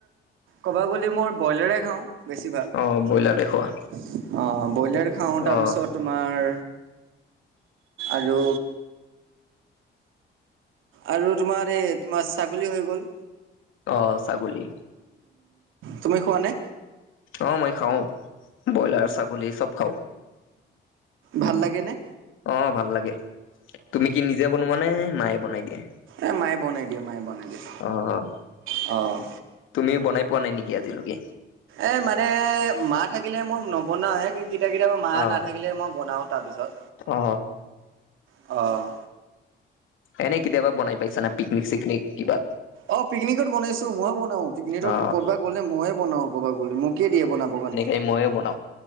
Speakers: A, on the right; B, on the left.
A: ক'ব গ'লে মই ব্ৰইলাৰে খাওঁ। বেছি ভাগ অ,
B: অ ব্ৰইলাৰে খোৱা
A: ব্ৰইলাৰ খাওঁ তাৰপিছত
B: অ
A: তোমাৰ আৰু আৰু তোমাৰ এই তোমাৰ ছাগলী হৈ গ'ল,
B: অ, ছাগলী।
A: তুমি খোৱা নে?
B: অ মই খাওঁ ব্ৰইলাৰ ছাগলী চব খাওঁ।
A: ভাল লাগেনেে?
B: অ, ভাল লাগে তুমি কি নিজে বনোৱাানে মায়ে বনাই দিয়ে?
A: এ মায়ে বনাই দিয়ে মায়ে বনাই দিয়ে।
B: অ, অ,
A: অ,
B: তুমিও বনাই পোৱা নাই নেকি আজিলৈকে?
A: এ মানে মা থাকিলে মই নবনাওে <inaudible> কিতয়াবা মা
B: অ
A: নাথাকিলে মই বনাওঁ তাৰপিছত।
B: অ,
A: অ,
B: এনেই কেতিয়াবা বনাই পাইছা না পিকনিক চিকনিক কিবা?
A: অ পিকনিকত বনাইছো ময়ো বনাও পিকনিকত
B: অ
A: ক'বাত গ'লে মইয়ে বনাও ক'বাত গ'লে মোকে দিয়ে বনাব কাৰণে।
B: এই ময়ে বনাম